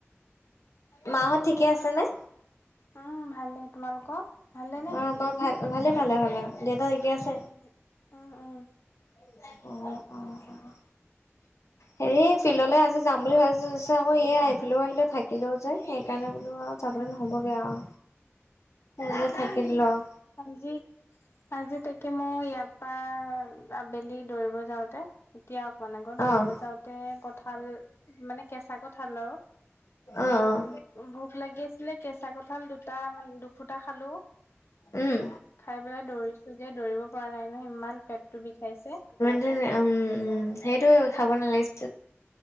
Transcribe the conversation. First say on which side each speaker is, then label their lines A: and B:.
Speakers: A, on the left; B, on the left.
A: মাহঁত ঠিকে আছে নে?
B: উমঁ' ভালে। তোমালোকৰ ভালে নে?
A: অ', মা ভাল, ভালে-ভালে-ভালে। দেউতা ঠিকে আছে?
B: উম। উম
A: অঁ', -অঁ', -অঁ', -। হেৰি ফিল্ডলৈ আজি যাম বুলি ভাবিছোঁ আকৌ এয়া এইফালে আহিলোঁ, থাকিলোঁ- সেইকাৰণে বোলো আৰু
B: উম
A: যাবলে
B: উম
A: নহ'বগে আৰু। বোলো
B: উম,
A: থাকি দিলো আৰু
B: আজি আজি তাকে মই ইয়াৰ পৰা আবেলি দৌৰিব যাওঁতে- এতিয়া অকণমান আগত
A: অ',
B: দৌৰিব যাওঁতে কঠাল মানে কেঁচা কঠাল আৰু-
A: অ', অ',
B: ভোক লাগি আছিলে কেঁচা কঁঠাল দুটা মানে দুফুটা খালো।
A: উম।
B: খাই পেলাই দৌৰিছো গৈ দৌৰিব পৰা নাই নহয় ইমান পেটটো বিষাইছে।
A: উম-উম, সেইটোৱে খাব নালাগিছিল